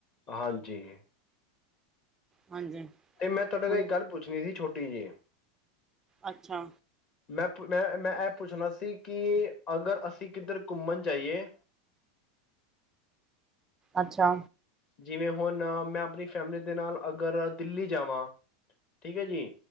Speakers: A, on the left; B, on the right.
A: ਹਾਂਜੀ।
B: ਹਾਂਜੀ
A: ਤੇ ਮੈਂ ਤੁਹਾਡੇ ਕੋਲ
B: ਹੁਣ
A: ਇੱਕ ਗੱਲ ਪੁੱਛਣੀ ਸੀ। ਛੋਟੀ ਜਿਹੀ।
B: ਅੱਛਾ
A: ਮੈਂ ਮੈਂ ਮੈਂ ਇਹ ਪੁੱਛਣਾ ਸੀ ਕਿ ਅਗਰ ਅਸੀਂ ਕਿੱਧਰ ਘੁੰਮਣ ਜਾਈਏ
B: ਅੱਛਾ
A: ਜਿਵੇਂ ਹੁਣ ਮੈਂ ਆਪਣੀ ਫੈਮਿਲੀ ਦੇ ਨਾਲ ਅਗਰ ਦਿੱਲੀ ਜਾਵਾਂ, ਠੀਕ ਹੈ ਜੀ